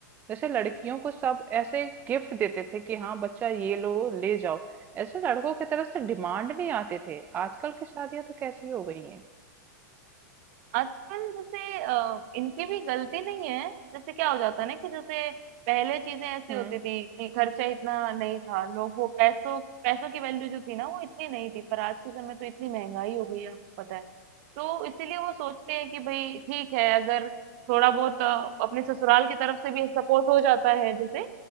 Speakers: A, on the right; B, on the right.
A: जैसे लड़कियों को सब ऐसे गिफ्ट देते थे कि हाँ बच्चा ये लो ले जाओ ऐसे लड़कों की तरफ से डिमांड नहीं आते थे आजकल की शादियां तो कैसी हो गई हैं
B: आजकल जैसे अ, इनकी भी गलती नहीं है, जैसे क्या हो जाता है ना कि जैसे पहले चीज़ें ऐसी
A: हम्म
B: होती थी कि खर्चा इतना नहीं था, लोग वो पैसों पैसों की वैल्यू जो थी ना वो इतनी नहीं थी, पर आज के समय तो इतनी महँगाई हो गई है आपको पता है। तो इसीलिए वो सोचते हैं कि भई ठीक है अगर थोड़ा बहुत अ, अपने ससुराल की तरफ से भी सपोर्ट हो जाता है जैसे,